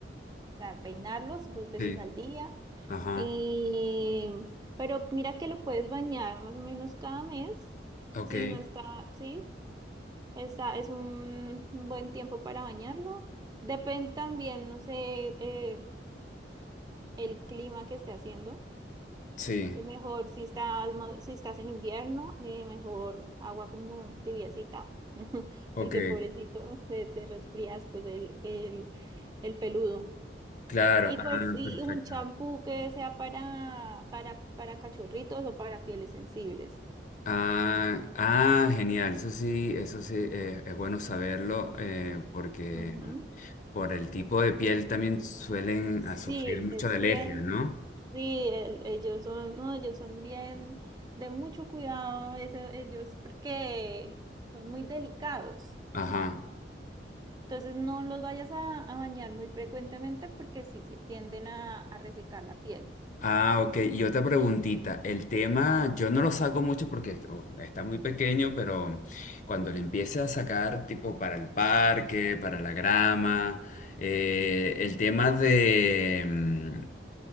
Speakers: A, on the right; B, on the left.
A: o sea, peinarlos dos veces
B: Sí.
A: al día.
B: Ajá.
A: Y, pero mira que lo puedes bañar más o menos cada mes,
B: Ok.
A: si no está, sí. Está, es un un buen tiempo para bañarlo. Depende también, no sé, eh, el clima que esté haciendo.
B: Sí.
A: Es mejor si estás, mo- si estás en invierno, eh, mejor agua como tibiecita, <laughs>
B: Ok.
A: porque pobrecito, te, te resfrías pues el, el, el peludo.
B: Claro.
A: Y
B: Ah,
A: pues y
B: perfecto.
A: un champú que sea para, para, para cachorritos o para pieles sensibles.
B: Ah, ah, genial, eso sí, eso sí, eh, es bueno saberlo eh, porque
A: Ujú.
B: por el tipo de piel también suelen
A: Sí,
B: a sufrir mucho
A: es
B: de
A: bien.
B: alergia, ¿no?
A: Sí, el- ellos son, no, ellos son bien de mucho cuidado, a veces ellos porque son muy delicados.
B: Ajá.
A: Entonces no los vayas a, a bañar muy frecuentemente porque sí, sí tienden a, a resecar la piel.
B: Ah, ok. Y otra preguntita. El tema, yo no lo saco mucho porque oh, está muy pequeño, pero cuando le empiece a sacar, tipo para el parque, para la grama, eh, el tema de mm,